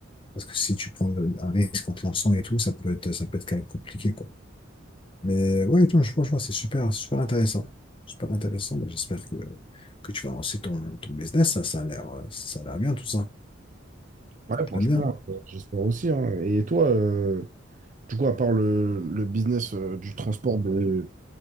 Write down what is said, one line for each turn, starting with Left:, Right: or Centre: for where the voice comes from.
Left: Parce que si tu prends un risque en te lançant et tout, ça peut être, ça peut être quand même compliqué, quoi. Mais ouais, non, je franchement, c'est super, super intéressant. Super intéressant. Moi, J'espère que, que tu vas lancer ton, ton business. Ça, ça a l'air, euh, ça a l'air bien, tout ça.
Right: Ouais,
Left: Très
Right: franchement,
Left: bien.
Right: euh, j'espère aussi. hein. Et toi, euh, du coup, à part le, le business euh, du transport de,